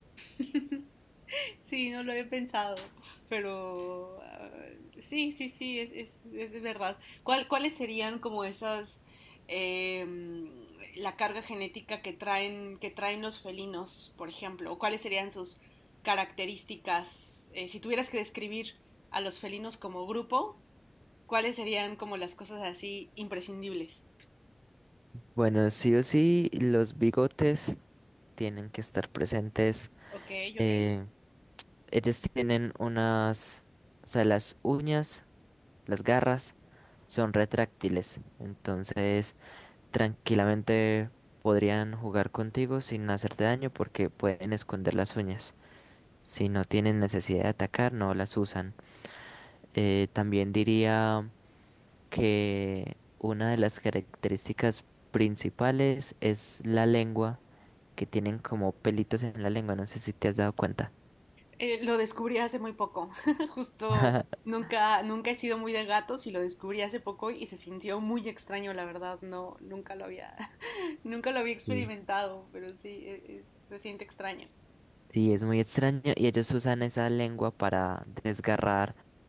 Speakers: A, on the left (about 15°); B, on the right (about 30°).
A: <laughs> Sí, no lo he pensado, pero ah, sí, sí, sí, es, es, es verdad. ¿Cuál, cuáles serían como esas, em, la carga genética que traen, que traen los felinos, por ejemplo? ¿O cuáles serían sus características? Eh, si tuvieras que describir a los felinos como grupo, ¿cuáles serían como las cosas así imprescindibles?
B: Bueno, sí o sí, los bigotes tienen que estar presentes.
A: Ok, ok.
B: Eh, ellos tienen unas, o sea, las uñas. Las garras son retráctiles, entonces tranquilamente podrían jugar contigo sin hacerte daño porque pueden esconder las uñas. Si no tienen necesidad de atacar, no las usan. Eh, también diría que una de las características principales es la lengua, que tienen como pelitos en la lengua, no sé si te has dado cuenta.
A: Eh, lo descubrí hace muy poco, <laughs> justo
B: <laughs>
A: nunca, nunca he sido muy de gatos y lo descubrí hace poco y se sintió muy extraño, la verdad, no, nunca lo había, <laughs> nunca lo había experimentado,
B: Sí.
A: pero sí, e- es- se siente extraño.
B: Sí, es muy extraño y ellos usan esa lengua para desgarrar